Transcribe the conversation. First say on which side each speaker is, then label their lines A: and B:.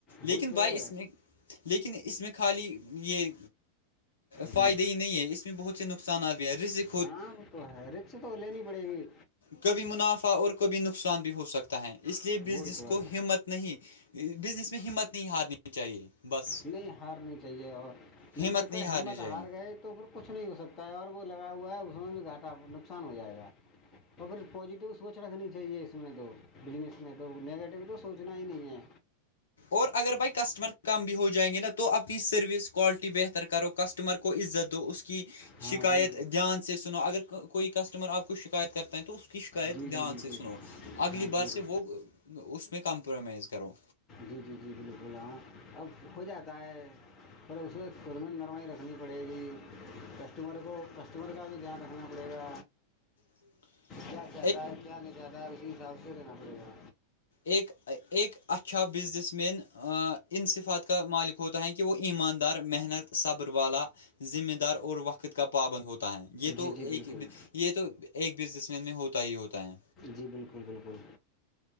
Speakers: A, on the left; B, on the left.
A: وہی
B: لیکن
A: تو
B: بھائی
A: ہے
B: اس میں لیکن اس میں خالی یہ فائدے
A: جی
B: ہی نہیں ہے اس میں بہت سے نقصانات بھی ہیں رسک
A: ہاں وہ تو ہے رکش تو لینی پڑی ہوئی
B: کبھی منافع اور کبھی نقصان بھی ہو سکتا ہے اس لیے بزنس
A: وہی تو
B: کو
A: ہے
B: ہمت نہیں بزنس میں ہمت نہیں ہارنی چاہیے بس
A: نہیں ہارنی چاہیے اور م
B: ہمت
A: چکر
B: نہیں ہارنی
A: ہمت
B: چاہیے
A: ہار گئے تو پھر کچھ نہیں ہو سکتا ہے اور وہ لگا ہوا ہے اس میں بھی گھاٹا نقصان ہو جائے گا اور پھر پازیٹیو سوچ رکھنی چاہیے اس میں تو بزنس میں تو نگیٹو تو سوچنا ہی نہیں ہے
B: اور اگر بھائی کسٹمر کم بھی ہو جائیں گے نا تو اپنی سروس کوالٹی بہتر کرو کسٹمر کو عزت دو اس کی
A: ہاں
B: شکایت
A: وہی تو
B: دھیان سے سنو اگر کوئی کسٹمر آپ کو شکایت کرتا ہے تو اس کی شکایت
A: جی
B: دھیان
A: جی بالکل
B: سے سنو اگلی
A: ہاں
B: بار
A: جی
B: سے
A: جی
B: وہ اس میں کمپرومائز کرو
A: جی جی جی بالکل ہاں اب ہو جاتا ہے پ اسے خدم نرمائی رکھنی پڑے گی کسٹمر کو کسٹمر کا بھی دھیان رکھنا پڑے گا
B: <inaudible>
A: کیا چاہتا ہے کیا نہیں چاہتا ہے اسی حساب سے دینا پڑے گا
B: ایک ایک اچھا بزنس مین ان صفات کا مالک ہوتا ہے کہ وہ ایماندار محنت صبر والا ذمہ دار اور وقت کا پابند ہوتا ہے یہ تو
A: جی جی
B: ایک
A: بالکل
B: یہ تو ایک بزنس مین میں ہوتا ہی ہوتا ہے
A: جی بالکل بالکل